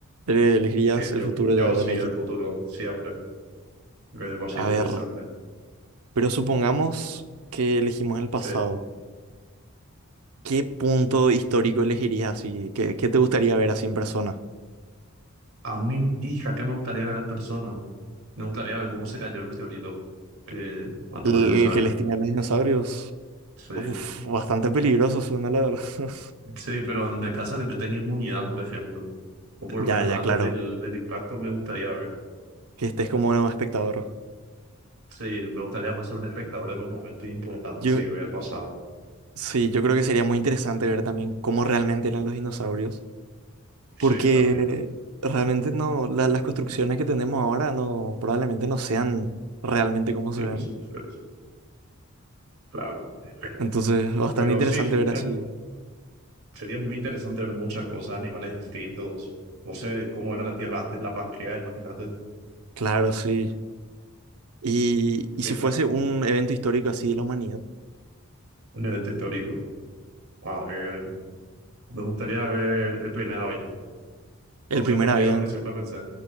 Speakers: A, on the right; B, on the right.
A: eh, elegirías
B: Que yo,
A: el futuro
B: yo
A: ya,
B: sí,
A: ya me
B: el
A: dijiste?
B: futuro, siempre, me va a ser
A: A
B: interesante.
A: ver, pero supongamos que elegimos el pasado.
B: Sí.
A: ¿Qué punto histórico elegirías así? ¿Qué, qué te gustaría ver así en persona?
B: A mi hija, ¿qué me gustaría ver en persona? Me gustaría ver cómo se cayó el meteorito que mató
A: ¿El,
B: a los dinosaurios.
A: el que les tiene a los dinosaurios?
B: Sí,
A: Uf, bastante peligroso suena la verdad. <laughs>
B: sí, pero en el caso de que yo tenga inmunidad, por ejemplo, o por
A: Ya,
B: lo menos
A: ya,
B: antes
A: claro.
B: del, del impacto, me gustaría ver.
A: que estés como un espectador.
B: Sí, me gustaría más ser un espectador de los momentos importantes,
A: Yo,
B: sí, ver el pasado.
A: sí, yo creo que sería muy interesante ver también cómo realmente eran los dinosaurios,
B: Sí,
A: porque
B: también.
A: realmente no, la- las construcciones que tenemos ahora no, probablemente no sean realmente como
B: Sí,
A: se ven.
B: pues, sí, sí, sí, claro. es feo.
A: Entonces, bastante
B: Pero
A: interesante
B: sí,
A: ver
B: eh,
A: así.
B: sería muy interesante ver muchas cosas, animales extintos. No sé cómo era la Tierra antes, la Pangea, imagínate,
A: Claro, sí. Y, y
B: en,
A: si fuese
B: la-
A: un evento histórico así de la humanidad,
B: en el evento histórico. A ver, me gustaría ver el primer avión.
A: el
B: No sé
A: primer
B: por
A: avión.
B: qué, algo que siempre pensé.